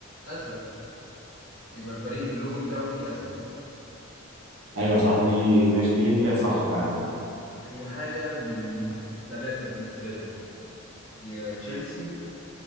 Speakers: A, on the left; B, on the right.
A: ازرق يبقى الفريق اللوجو بتاعه فيه ازرق
B: ايوه صح دي ماشي دي انت صح فعلا
A: هي حاجة من ثلاثة بالنسبة لي يا تشيلسي